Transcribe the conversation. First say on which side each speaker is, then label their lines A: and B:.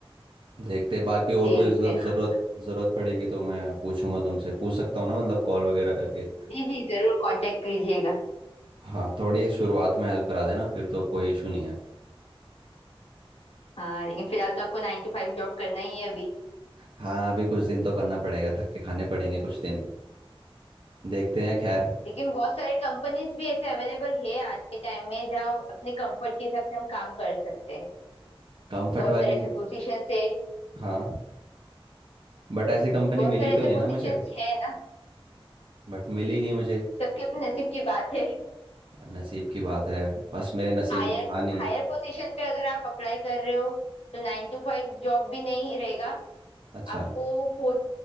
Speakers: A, on the right; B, on the left.
A: देखते हैं, बाकी और
B: जी
A: कोई ज-
B: करिए
A: जरूरत जरूरत पड़ेगी तो मैं पूछूंगा तुमसे पूछ सकता हूँ ना मतलब कॉल वगैरह करके
B: जी जी जरूर कांटेक्ट कीजिएगा
A: हाँ थोड़ी शुरुआत में हेल्प करा देना फिर तो कोई इशू नहीं है
B: हाँ लेकिन फिलहाल तो आपको नाइन टू फाइव जॉब करना ही है अभी
A: हाँ अभी कुछ दिन तो करना पड़ेगा धक्के खाने पड़ेंगे कुछ दिन देखते हैं खैर
B: लेकिन बहुत सारे कंपनीज भी ऐसे अवेलेबल है आज के टाइम में जहाँ अपने कंफर्ट के हिसाब से हम काम कर सकते हैं
A: कंफर्ट
B: बहुत
A: वाली
B: सारे ऐसे पोजीशन है
A: हाँ बट ऐसी कंपनी
B: बहुत
A: मिली
B: सारे
A: तो
B: ऐसे
A: नहीं ना
B: पोजीशन
A: मुझे
B: है ना
A: बट मिली नहीं मुझे
B: सबके अपने नसीब की बात है
A: नसीब की बात है बस मेरे नसीब
B: हायर
A: में था नहीं
B: हायर पोजीशन पे अगर आप अप्लाई कर रहे हो तो नाइन टू फाइव जॉब भी नहीं रहेगा
A: अच्छा
B: आपको Four